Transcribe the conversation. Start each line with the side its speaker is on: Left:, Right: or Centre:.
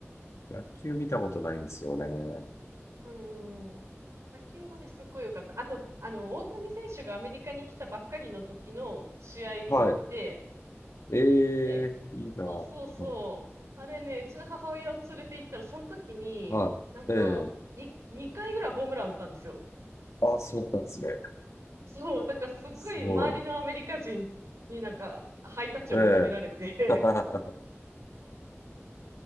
Left: 野球見たことないんですよね。
Right: うんうんうん。野球はね、すっごい良かった。あと、あの、大谷選手がアメリカに来たばっかりの時の試合見に行って、
Left: はい。えー、
Right: で、
Left: いいなうん。
Right: そうそうそう。あれね、うちの母親を連れて行ったら、その時に、
Left: はい。
Right: なんか、
Left: えー、
Right: に、2回ぐらいホームラン打ったんですよ。
Left: あ、そうなんですね。
Right: そう、だからすっごい周りのアメリカ人になんか、
Left: すごい。
Right: ハイタッチを求められて。
Left: え
Right: <laughs>
Left: ー。<laughs>